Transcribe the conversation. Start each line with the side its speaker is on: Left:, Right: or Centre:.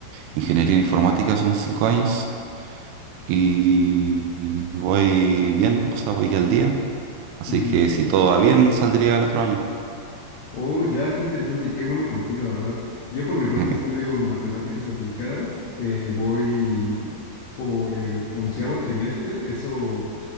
Right: ingeniería en informática son cinco años y, y voy bien, o sea, voy al día. Así
Left: Ujú.
Right: que si todo va bien, saldría el otro año.
Left: Oh, ya, qué interesante y qué bueno por ti, la verdad. Yo por mi
Right: <laughs>
Left: parte estudio matemáticas aplicadas, eh, voy por el onceavo trimestre, eso